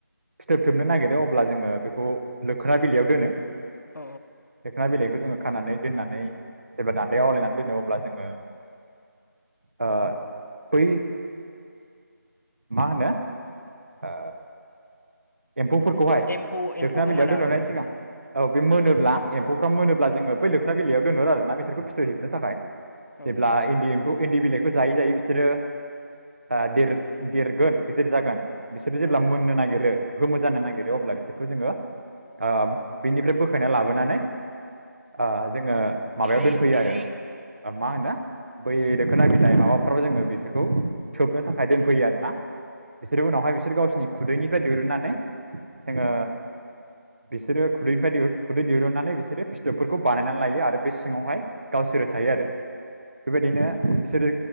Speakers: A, on the right (about 40°); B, on the left (about 65°).
A: फिथोब थोबनो नागिरो अब्ला जोङो बेखौ लोखोना बिलाइयाव दोनो।
B: औ
A: लोखोना बिलायखौ जोङो खानानै दोननानै जेब्ला दान्दायाव आवलायनानै दोनो अब्ला जोङो ओ बै मा होनो ओ एम्फौफोरखौहाय
B: एम्फौ एम्फौ
A: लोखोना
B: गोमोना
A: बिलाइयाव दोनह'नायनि
B: औ
A: सिगां औ बे मोनोब्ला एम्फौफ्रा मोनोब्ला
B: औ
A: जोङो बै लो खोना बिलायाव दोनहर आरो ना बिफोरखौ फिथोब हेबनो थाखाय
B: औ
A: जेब्ला इन्डि एम्फौ इन्दि बिलाइखौ जायै जायै बिसोरो ओ देर देरगोन गिदिर जागोन बिसोरो
B: औ
A: जेब्ला मोननो नागिरो गोमो जानो
B: औ
A: नागिरो अब्ला बेखौ जोङो ओ बेनिफ्राय बोखायना लाबोनानै ओ जोङो माबायाव दोनफैयो आरो मा होनो बै दोखोना बिलाइ माबाफ्राव जोङो बिसोरखौ सोबनो थाखाय दोनफैयो आरोना। बिसोर उनावहाय बिसोर गावसिनि खुदैनिफ्राय दिरुनना नै जोङो बिसोरो खुदैनिफ्राय खुदै दिरुननानै बिसोरो फिथोबफोरखौ बानायनानै लायो आरो बे सिङावहाय गावसोरो थायो आरो।
B: औ
A: बेबायदिनो बिसोरो